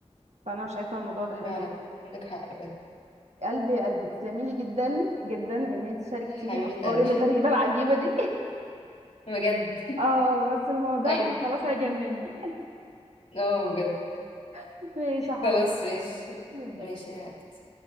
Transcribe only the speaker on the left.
فعلا
عندك حق بجد
حبيبه
قلبي
<laughs> بجد
ايوه
اه بجد
خلاص ماشي
ماشي يا حبيبتي